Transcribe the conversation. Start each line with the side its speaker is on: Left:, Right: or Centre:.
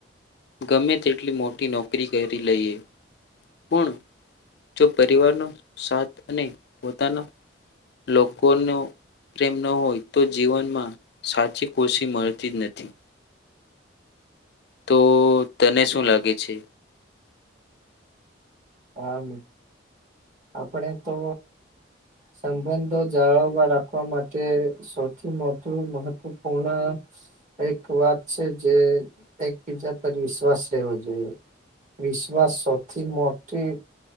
Left: ગમે તેટલી મોટી નોકરી કરી લઈએ પણ જો પરિવારનો સાથ અને પોતાનો લોકોનો પ્રેમ ન હોય તો જીવનમાં સાચી ખુરશી મળતી જ નથી તો તને શું લાગે છે?
Right: હા મ આપડે તો સંબંધો જાળવવા રાખવા માટે સૌથી મોટી મહત્વપૂર્ણા એક વાત છે જે એકબીજા પર વિશ્વાસ લેવો જોઈએ વિશ્વાસ સૌથી મોટી